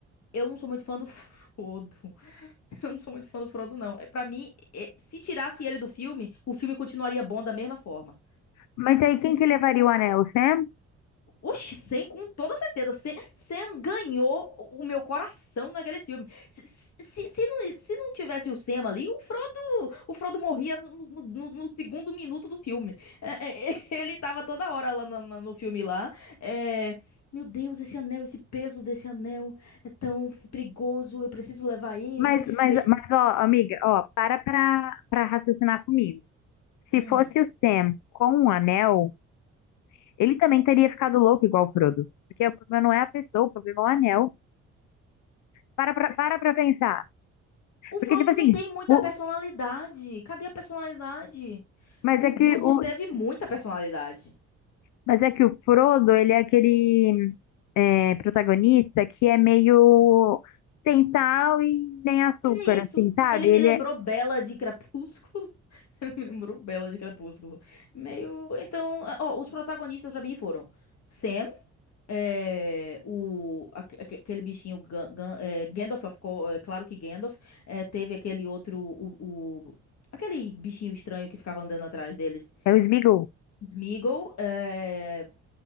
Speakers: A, on the left; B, on the left.
A: eu não sou muito fã do Frodo. <laughs> Eu não sou muito fã do Frodo, não. É, Pra mim, é, se tirasse ele do filme, o filme continuaria bom da mesma forma.
B: Mas aí quem que levaria o anel? O Sam?
A: Oxi, Sam, com toda certeza. Sam, Sam ganhou o o meu coração naquele filme. Se, se, se, não, se não tivesse o Sam ali, o Frodo, o Frodo morria no, no- no- no segundo minuto do filme. É, é, <laughs> é, ele tava toda hora lá na- na- no, filme lá. é, meu Deus, esse anel, esse peso desse anel é tão perigoso. Eu preciso levar ele.
B: Mas, mas,
A: E aí.
B: mas, ó, amiga, ó, para pra, pra raciocinar comigo. Se
A: Hum.
B: fosse o Sam com um anel, ele também teria ficado louco igual o Frodo. Porque o problema não é a pessoa, o problema é o anel. Para pra, para pra pensar.
A: O
B: Porque,
A: Frodo
B: tipo assim,
A: não tem muita
B: o,
A: personalidade. Cadê a personalidade?
B: mas
A: O
B: é
A: Bilbo
B: que o,
A: teve muita personalidade.
B: mas é que o Frodo, ele é aquele é, protagonista que é meio sem sal e nem açúcar,
A: É isso.
B: assim, sabe?
A: Ele me
B: Ele
A: lembrou
B: é,
A: Bella de Crepúsculo. <laughs> Ele me lembrou Bella de Crepúsculo. Meio. Então, ó, os protagonistas pra mim foram Sam, é, o, aque- aque- aquele bichinho Gan- Gan- é, Gandalf, of co- é, claro que Gandalf. é, teve aquele outro. O, o- aquele bichinho estranho que ficava andando atrás deles.
B: é o Sméagol.
A: Sméagol. é,